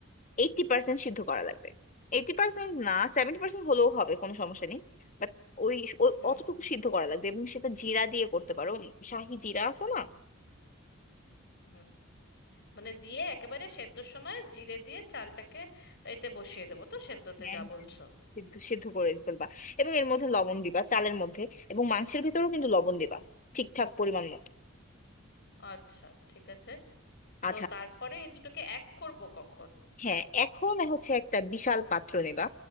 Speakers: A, on the left; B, on the left.
A: এইটি পার্সেন্ট সিদ্ধ করা লাগবে এইটি পার্সেন্ট না সেভেন্টি পার্সেন্ট হলেও হবে কোনো সমস্যা নেই বাট ওই ওই
B: হুম
A: অতটুকু
B: হুম
A: সিদ্ধ করা লাগবে এবং সেটা জিরা দিয়ে করতে পারো শাহি জিরা আছে না
B: হুম মানে দিয়ে একেবারে সেদ্ধর সময় জিরে দিয়ে চালটাকে এতে বসিয়ে দেবো তো সেদ্ধতে
A: হ্যাঁ
B: যা
A: হ্যাঁ
B: বলছো
A: সিদ্ধ সিদ্ধ করে ফেলবা এবং এর মধ্যে লবণ দিবা চালের মধ্যে এবং মাংসের ভেতরেও কিন্তু লবণ দিবা ঠিকঠাক পরিমাণ মতো
B: আচ্ছা ঠিক আছে তো
A: আচ্ছা
B: তারপরে এই দুটোকে এক করব কখন
A: হ্যাঁ এখন হচ্ছে একটা বিশাল পাত্র নেবা